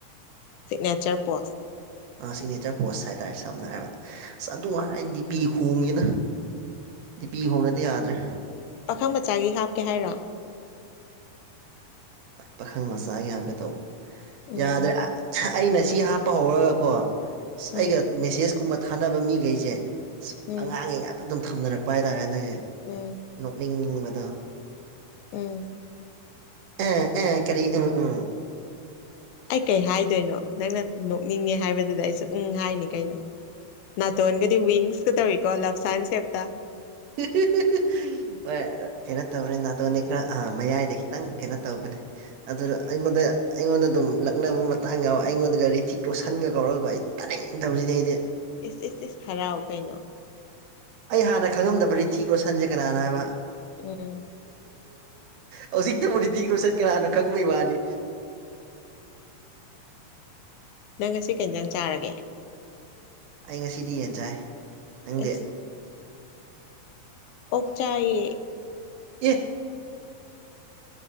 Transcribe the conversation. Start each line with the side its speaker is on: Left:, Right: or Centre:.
Left: ꯁꯤꯒꯅꯦꯆꯔ ꯄꯣꯁ
Right: ꯁꯤꯒꯅꯦꯆꯔ ꯄꯣꯁ ꯍꯥꯏꯇꯥꯔꯦ ꯁꯝꯅ ꯍꯥꯏꯔꯕꯗ ꯑꯁ ꯑꯗꯨ ꯍꯥꯏꯔ ꯑꯩꯅ ꯗꯤꯄꯤ ꯈꯣꯡꯉꯦꯅ ꯗꯤꯄꯤ ꯈꯣꯡꯅꯗꯤ ꯌꯥꯗ꯭ꯔꯦ
Left: ꯈꯪ ꯃꯆꯥꯒꯤ ꯍꯥꯞꯀꯦ ꯍꯥꯏꯔ
Right: ꯄꯥꯈꯪ ꯃꯆꯥꯒꯤ ꯍꯥꯞꯀꯦ ꯇꯧꯕ
Left: ꯎꯝ
Right: ꯌꯥꯗ꯭ꯔꯦ ꯑꯩꯅ ꯁꯤ ꯍꯥꯞꯄ ꯍꯧꯔꯒꯀꯣ
Left: ꯎꯝ
Right: ꯑꯩꯒ ꯃꯦꯁꯦꯁꯀꯨꯝꯕ ꯊꯥꯅꯕ ꯃꯤꯈꯩꯁꯦ
Left: ꯎꯝ
Right: ꯑꯉꯥꯡꯒꯤ ꯉꯥꯛꯇ ꯑꯗꯨꯝ ꯊꯝꯅꯔꯛꯄ ꯍꯥꯏꯇꯥꯔꯦ ꯍꯟꯗꯛꯁꯦ
Left: ꯎꯝ
Right: ꯅꯣꯛꯅꯤꯡꯕꯗꯣ
Left: ꯎꯝ
Right: ꯑꯦ ꯑꯦ ꯀꯔꯤ ꯎꯝ ꯎꯝ
Left: ꯑꯩ ꯀꯩ ꯍꯥꯏꯗꯣꯏꯅꯣ ꯅꯪꯅ ꯅꯣꯛꯅꯤꯡꯉꯦ ꯍꯥꯏꯕꯗꯨꯗ ꯑꯩꯁꯦ ꯎꯪ ꯍꯥꯏꯅꯤ ꯀꯩꯅꯣ ꯅꯇꯣꯟꯒꯗꯤ ꯋꯤꯡꯁ ꯀꯥ ꯇꯧꯋꯤꯀꯣ ꯂꯐꯁꯥꯏꯟ ꯁꯦꯕꯇ
Right: ꯍꯤꯍꯤꯍꯤꯍꯤ ꯍꯣꯏ ꯀꯩꯅꯣ ꯇꯧꯕꯅꯦ ꯅꯥꯇꯣꯟꯅꯤ ꯈꯔ ꯑ ꯃꯌꯥꯏꯗ ꯈꯤꯇꯪ ꯀꯩꯅꯣ ꯇꯧꯕꯅꯦ ꯑꯗꯨ ꯑꯩꯉꯣꯟꯘ ꯑꯩꯉꯣꯟꯗ ꯑꯗꯨꯝ ꯂꯛꯅꯕ ꯃꯇꯥꯡ ꯌꯥꯎ ꯑꯩꯉꯣꯟꯗꯒ ꯔꯤꯊꯤꯛ ꯂꯣꯁꯟꯒ ꯀꯧꯔꯒ ꯑꯩ ꯇꯥꯅꯤꯡꯗꯕꯁꯤꯗꯤꯑꯩꯗꯤ
Left: ꯏꯁ ꯏꯁ ꯏꯁ ꯍꯔꯥꯎ ꯀꯩꯅꯣ
Right: ꯑꯩ ꯍꯥꯟꯅ ꯈꯪꯉꯝꯗꯕ ꯔꯤꯊꯤꯛ ꯔꯣꯁꯟꯁꯦ ꯀꯅꯥꯅꯣ ꯍꯥꯏꯕ
Left: ꯎꯝ
Right: ꯎ ꯍꯧꯖꯤꯛꯇꯕꯨꯗꯤ ꯔꯤꯇꯤꯛ ꯂꯣꯏꯁꯟ ꯀꯅꯥꯅꯣ ꯈꯪꯕꯩ ꯋꯥꯅꯤ
Left: ꯅꯪ ꯉꯁꯤ ꯀꯩ ꯏꯟꯖꯥꯡ ꯆꯥꯔꯒꯦ
Right: ꯑꯩ ꯉꯁꯤꯗꯤ ꯌꯦꯟ ꯆꯥꯏ ꯅꯪꯗꯤ
Left: ꯑꯦꯁ ꯑꯣꯛ ꯆꯥꯏꯌꯦ
Right: ꯑꯦ